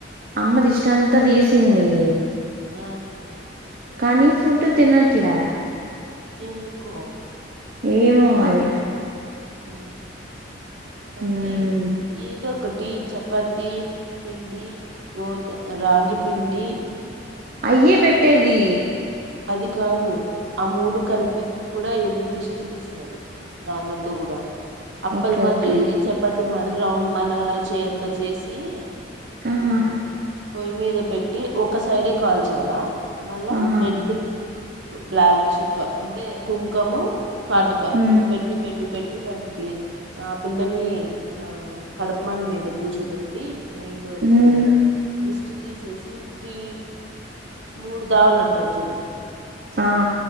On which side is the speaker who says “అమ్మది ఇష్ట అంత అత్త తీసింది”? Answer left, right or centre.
Right